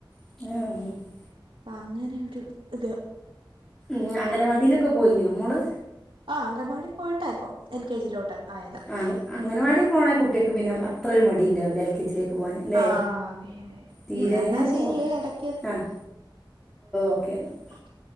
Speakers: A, in the centre; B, on the right (about 85°).
A: <unintelligible>
B: അപ്പൊ അങ്ങനെ ഒരു ഇത്
A: മ് അംഗനവാടിയിലൊക്കെ പോയി നേ മോള്
B: ആഹ് അഗംൻവാടി പോയിട്ടായിപ്പോ എൽ കെ ജിയിലോട്ട് ആയത്
A: ആ അങ്ങനവാടി പോണ കുട്ടികൾക്ക് പിന്നെ അത്ര ഒരു മടി ഉണ്ടാവില്ല എ ൽകെജിലേക്ക് പോവാന് ല്ലേ
B: ആഹ് അതെ അതെ അതെ
A: തീരെ
B: ഉം എന്നാ ശരിയേ
A: പോ
B: എടക്ക്
A: ആഹ് ഓക്കെ ന്നാ
B: ഓക്കെ